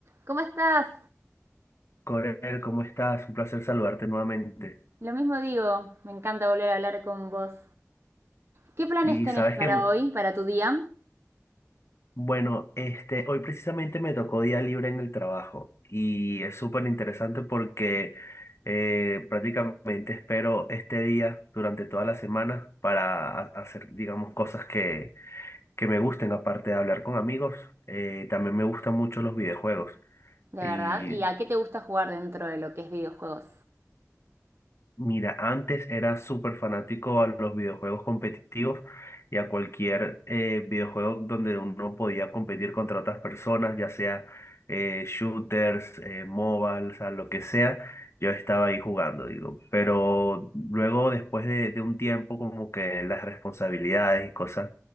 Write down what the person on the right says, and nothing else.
¿Cómo estás?
Lo mismo digo, me encanta volver a hablar con vos. ¿Qué planes
tenés
para
hoy, para tu día?
De
verdad, ¿y a qué te gusta jugar dentro de lo que es videojuegos?